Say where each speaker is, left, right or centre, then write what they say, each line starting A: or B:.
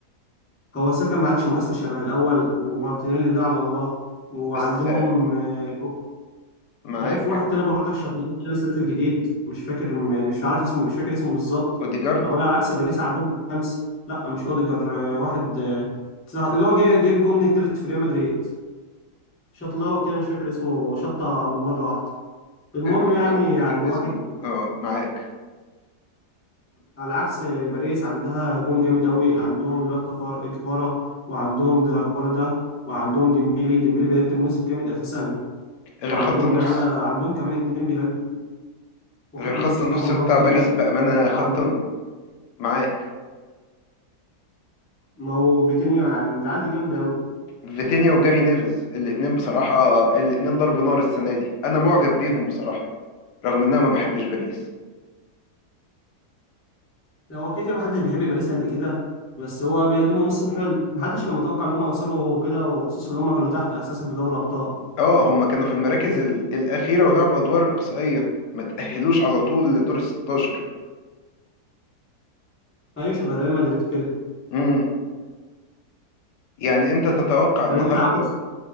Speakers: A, on the left; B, on the left.
A: هو ساكا ما عادش مؤثر شبه الاول ومارتينيلي ده على الله وعندهم
B: بس آه،
A: آه،
B: معاك
A: يعني في واحد تاني برضه شطلان كده لسه نازل جديد مش فاكر م- مش عارف اسمه مش فاكر اسمه بالظبط
B: اوديجارد
A: اما انا على عكس باريس عندهم خمسه لا مش اوديجر آه، واحد آه، اللي هو جاي- جايب جون التالت في ريال مدريد شطلاوي كده مش فاكر اسمه شطه من مره واحده المهم
B: آه، بحاول
A: يعني
B: افتكر
A: يعني واحد
B: اسمه اه معاك
A: على عكس باريس عندها هجوم جامد قوي عندهم الواد كفار كفارة وعندهم دراكولا ده وعندهم ديمبيلي ديمبيلي بيقدم موسم جامد اساسا
B: غير
A: وعندهم
B: خط النص
A: لعيبه عندهم كمان اتنين بيهاجموا وخط
B: غير
A: النص
B: خط
A: بتاعهم
B: النص
A: اللي
B: بتاع
A: هو فيتينيا
B: باريس بامانه
A: وعندهم
B: خط ن- معاك
A: ما هو فيتينيا يعني العيال دي جامده قوي
B: فيتينيا وجاري نيفز الاتنين بصراحه الاتنين ضرب نار السنه دي انا معجب بيهم بصراحه رغم ان انا ما بحبش باريس
A: هو كده كده محدش بيحب باريس قد كده بس هو بيقدموا موسم حلو محدش كان متوقع ان هم يوصلوا كده وخصوصا ان هم كانوا تحت اساسا في دوري ابطال
B: اه هم كانوا في المراكز ال- الاخيره ولعبوا ادوار اقصائيه ما تاهلوش على طول لدور ال 16
A: ايوه شبه ريال مدريد كده
B: امم يعني انت تتوقع النهارده
A: طب انت عاوز